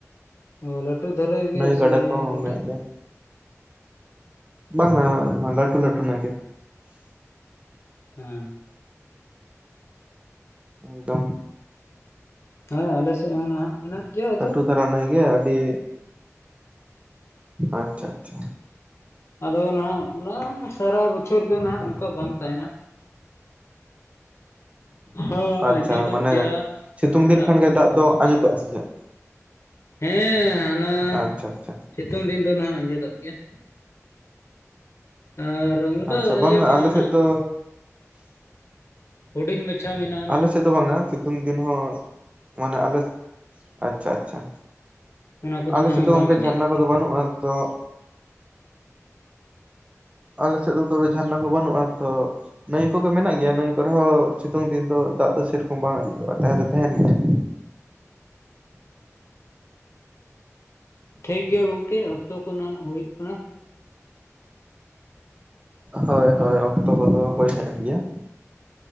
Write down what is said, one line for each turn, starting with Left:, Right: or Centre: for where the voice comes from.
Left: ᱚ ᱞᱟᱹᱴᱩ ᱫᱷᱟᱨᱮ ᱜᱮ
Right: ᱱᱟᱹᱭ ᱜᱟᱰᱟ
Left: ᱥᱮ
Right: ᱠᱚ
Left: ᱠᱟᱹᱴᱤᱡ
Right: ᱢᱮᱱᱟᱜ ᱜᱮᱭᱟ ᱵᱟᱝᱟ ᱢᱟ ᱞᱟᱹᱴᱩ ᱞᱟᱹᱴᱩ ᱱᱟ ᱜᱮ
Left: ᱦᱩᱸ
Right: ᱮᱠᱫᱚᱢ
Left: ᱦᱚᱭ ᱟᱞᱮ ᱥᱮᱫ ᱦᱚᱸ ᱱᱟᱦᱟᱜ ᱢᱮᱱᱟᱜ ᱜᱮᱭᱟ ᱟᱫᱚ
Right: ᱞᱟᱠᱴᱩ ᱫᱷᱟᱨᱟ ᱱᱟᱹᱭ ᱜᱮ ᱟᱹᱰᱤ ᱟᱪᱪᱷᱟ ᱟᱪᱪᱷᱟ
Left: ᱟᱫᱚ ᱱᱟᱦᱟᱜ ᱚᱱᱟ ᱥᱟᱨᱟ ᱵᱚᱪᱷᱚᱨ ᱫᱚ ᱱᱟᱦᱟᱜ ᱚᱝᱠᱟ ᱵᱟᱝ ᱛᱟᱦᱮᱱᱟ ᱦᱳᱭ
Right: ᱟᱪᱪᱷᱟ
Left: ᱟᱸᱡᱮᱫᱚᱜ
Right: ᱢᱟᱱᱮ
Left: ᱜᱮᱭᱟᱸ
Right: ᱥᱤᱛᱩᱝ ᱫᱤᱱ
Left: ᱫᱟᱜ
Right: ᱠᱷᱟᱱ
Left: ᱠᱚᱦᱚᱸ
Right: ᱜᱮ
Left: ᱠᱚᱢᱚᱜ
Right: ᱫᱚ ᱟᱸᱡᱮᱫᱚᱜᱼᱟ
Left: ᱜᱮᱭᱟ
Right: ᱥᱮ ᱪᱮᱫ
Left: ᱦᱮᱸ ᱦᱟᱱᱟ
Right: ᱟᱪᱪᱷᱟ ᱟᱪᱪᱷᱟ
Left: ᱥᱤᱛᱩᱝ ᱫᱤᱱ ᱫᱚ ᱱᱟᱦᱟᱜ ᱟᱸᱡᱮᱫᱚᱜ ᱜᱮᱭᱟ ᱟᱨ ᱚᱱᱠᱟ
Right: ᱟᱪᱪᱷᱟ ᱵᱟᱝ-ᱟ
Left: ᱤᱭᱟᱹ ᱢᱮᱱᱟᱜᱼᱟ
Right: ᱟᱞᱮ ᱥᱮᱫ
Left: ᱱᱟᱦᱟᱜ
Right: ᱫᱚ
Left: ᱦᱩᱰᱤᱧ ᱢᱟᱪᱷᱟᱣ ᱢᱮᱱᱟᱜ
Right: ᱟᱞᱮᱥᱮᱫ ᱫᱚ ᱵᱟᱝᱟ ᱥᱤᱛᱩᱝ ᱫᱤᱱ ᱦᱚᱸ ᱢᱟᱱᱮ ᱟᱞᱮ ᱟᱪᱪᱷᱟ ᱟᱪᱪᱷᱟ
Left: ᱚᱱᱟ ᱠᱚᱫᱚ
Right: ᱟᱞᱮ
Left: ᱱᱟᱦᱟᱜ
Right: ᱥᱮᱫ ᱫᱚ
Left: ᱵᱟᱝ
Right: ᱚᱱᱠᱟ
Left: ᱟᱸᱡᱮᱫᱚᱜ
Right: ᱡᱷᱟᱨᱱᱟ
Left: ᱜᱮᱭᱟ
Right: ᱠᱚᱫᱚ ᱵᱟᱹᱱᱩᱜ-ᱟ ᱛᱚ ᱟᱞᱮᱥᱮᱫ ᱫᱚ ᱛᱚᱵᱮ ᱡᱷᱟᱨᱱᱟ ᱠᱚ ᱵᱟᱹᱱᱩᱜ-ᱟ ᱛᱚ ᱱᱟᱹᱭ ᱠᱚᱜᱮ ᱢᱮᱱᱟᱜ ᱜᱮᱭᱟ ᱱᱟᱹᱭ ᱨᱮᱦᱚ ᱥᱤᱛᱩᱝ ᱫᱤᱱ ᱫᱚ ᱫᱟᱜ ᱫᱚ ᱥᱮᱨᱚᱠᱚᱢ ᱵᱟᱝ ᱚᱡᱮᱫᱚᱜ-ᱟ ᱛᱟᱦᱮᱸ ᱫᱚ ᱛᱟᱦᱮᱱ ᱜᱮᱭᱟ
Left: ᱴᱷᱤᱠ ᱜᱮᱭᱟ ᱜᱚᱝᱠᱮ ᱚᱠᱛᱚ ᱠᱷᱚ ᱱᱟᱦᱟᱜ ᱦᱩᱭᱩᱜ ᱠᱟᱱᱟ
Right: ᱦᱳᱭ ᱦᱳᱭ ᱚᱠᱛᱚ ᱠᱚᱫᱚ ᱦᱳᱭ ᱦᱮᱡᱮᱱ ᱜᱮᱭᱟ